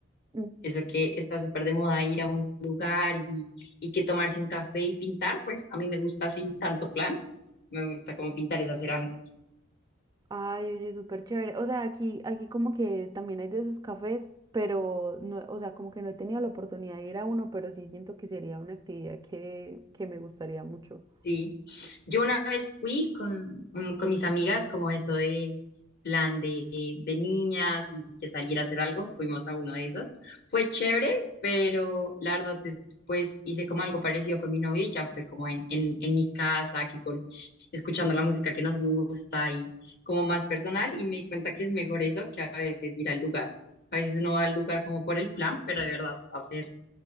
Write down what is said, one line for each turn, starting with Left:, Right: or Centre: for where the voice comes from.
Right: Mm.
Left: Eso que está súper de moda ir a un lugar y, y que tomarse un café y pintar, pues a mí me gusta sin tanto plan, me gusta como pintar esas cerámicas.
Right: Ay, oye, súper chévere. O sea, aquí, aquí como que también hay de esos cafés, pero no, o sea, como que no he tenido la oportunidad de ir a uno, pero sí siento que sería una actividad que, que me gustaría mucho.
Left: Sí. Yo una vez fui con, un- con mis amigas, como eso de plan de, de niñas y que salir a hacer algo, fuimos a uno de esos. Fue chévere, pero la verdad después hice como algo parecido con mi novio y ya fue como en, en, en mi casa, que con escuchando la música que nos gusta y como más personal y me di cuenta que es mejor eso que a veces ir al lugar. A veces uno va al lugar como por el plan, pero de verdad hacer